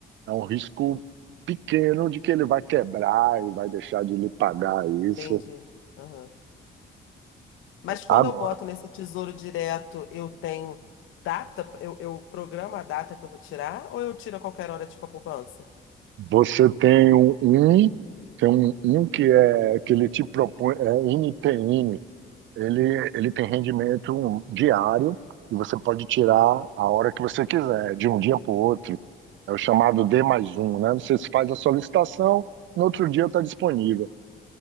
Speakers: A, on the right; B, on the left.
A: é um risco pequeno de que ele vai quebrar e vai deixar de lhe pagar isso.
B: Entendi. Aham. Mas quando
A: Agora,
B: eu boto nesse tesouro direto, eu tenho data, eu, eu programo a data que eu vou tirar, ou eu tiro a qualquer hora, tipo a poupança?
A: você tem um, um- tem um, um que é que ele te propõe, é NTN, ele, ele tem rendimento diário e você pode tirar a hora que você quiser, de um dia para o outro. É o chamado D mais um, né? Você faz a solicitação, no outro dia está disponível.